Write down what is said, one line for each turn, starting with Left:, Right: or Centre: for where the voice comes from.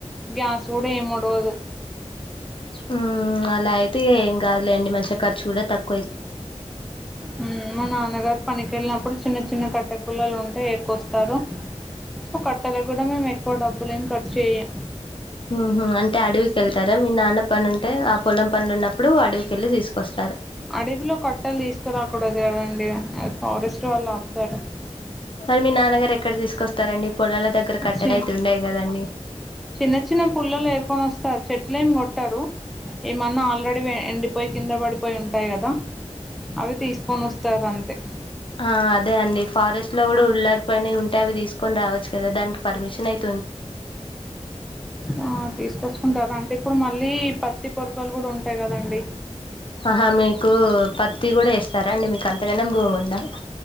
Centre: గ్యాస్ కూడా ఏమోడ్ డోదు
Left: ఉమ్ అలా అయితే ఏం కాదులేండి మంచిగా ఖర్చు కూడా తక్
Centre: ఉమ్ మా నాన్నగారు పనికినికేళ్ళినప్పుడు చిన్న చి చిన్న కట్టె పల్లలు ఉంటే ఎరుకొస్తారు సో కట్టలగూడా మేము ఎక్కువ డబ్బులేం ఖర్చు చేయ్యాం
Left: ఉహు అంటే అడవికేళ్తారా మీ నాన్న పను ఉంటే ఆ పొలం పనులు ఉన్నప్పుడు అడవికెళ్ళి తీసుకొస్
Centre: అడవిలో కొట్టలు తీసుకురాకూడదు కదండి ఫారెస్ట్ వాళ్ళు ఆపుతారు
Left: మరి మీ నాన్నగారు ఎక్కడ తీసుకొస్తారండి పొలాల దగ్గర కట్టలు
Centre: చి
Left: అయితే ఉండయి కదండి
Centre: చిన్న చిన్న పుల్లలు ఏరుకొనోస్తారు చెట్లు ఏమి కొట్టారు ఏమన్నా ఆల్రెడీ వే ఎండిపోయి కింద పడిపోయి ఉంటాయి కదా అవి తీసుకొనోస్తారు అంతే
Left: ఆ అదే అండి ఫారెస్ట్ లో కూడా ఉళ్లారి పని ఉంటే అవి తీసుకొని రావచ్చు కదా దానికి పర్మిషన్ అయి
Centre: ఆ తీసుకొచ్చుకుంటారూ అంటే ఇప్పుడు మళ్ళీ పత్తి పొరకాలు గుడుంటాయి కదండి
Left: ఆహా మీకు పత్తి కూడా ఏస్తారా అండి మీకు అంతగణం భూమి ఉందా